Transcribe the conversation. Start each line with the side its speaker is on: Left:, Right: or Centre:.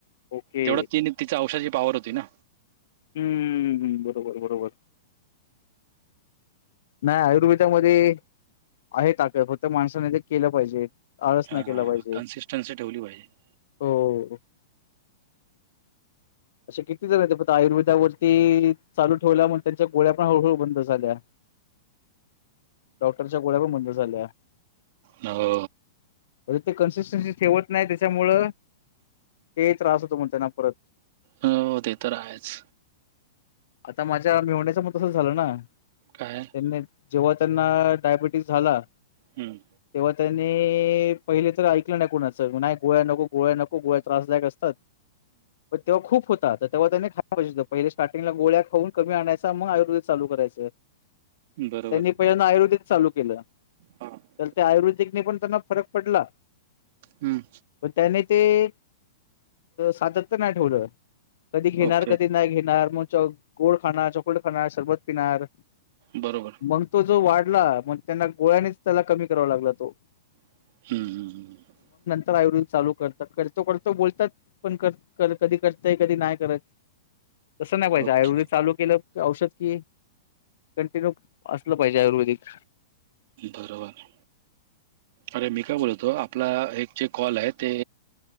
Left: ओके.
Right: तेवढं ती तिचा औषधाची पावर होती ना.
Left: हम्म बरोबर बरोबर. नाय आयुर्वेदामध्ये आहे ताकद फक्त माणसाने ते केलं पाहिजे. आळस
Right: हा
Left: नाई केला पाहिजे
Right: कन्सिस्टन्सी ठेवली पाहिजे
Left: हो. अशे किती जण येत आयुर्वेदावरती चालू ठेवल्या म्हण त्यांच्या गोळ्या पण हळूहळू बंद झाल्या. डॉक्टरच्या गोळ्या प बंद झाल्या.
Right: ना हो.
Left: म्हजे ते कन्सिस्टन्सी ठेवत नाय त्याच्यामुळ ते त्रास होतो मग त्यांना परत.
Right: ह हो ते तर आहेच.
Left: आता माझ्या मेवण्याच म तसं झालं ना त्यां
Right: काय
Left: जेव्हा त्यांना डायबिटीस झाला.
Right: हम्म.
Left: तेव्हा त्यांनी पहिले तर ऐकलं नाय कोणाच नाय गोळ्या नको गोळ्या नक को गोळ्या त्रासदायक असतात प तेव्हा खूप होता तेव्हा त्यांन खायाय पाहिजे होता पहिलं स्टा टिंगला गोळ्या खऊ कमी आणायचा मग आयुर्वेद चालू करायं.
Right: बरोबर
Left: त्यांनी पहिल्यांदा आयुर्वेदिक चालू केलं
Right: हम्म
Left: तर ते आयुर्वेदिक नाई पण त्यांना फरक पडला.
Right: हम्म.
Left: पण त्याने ते सातत्य नाही ठेवलं कधी घेणार
Right: ओके
Left: कधी नाही घेणार मग च गोड खाणार चॉकलेट खाणार शरबत पिणार
Right: बरोबर
Left: मग तो जो वाट ला मग त्यांना गोळ्यानेच त्याला कमी करावा लागला तो.
Right: हम्म ह ह ह.
Left: तर आयुर्वेद चालू करतात करतो करतो बोलतात पण कर क कधी करतय कधी नाय करत. स नाय पाहिजे
Right: ओके
Left: आयुर्वेद चाू केलं कि औषध कि कंटिन्यू असलं पाहिजे आयुर्वेदिक.
Right: बरोबर अरे मी काय बोलतो आपला एक जे कॉल आहेत ते.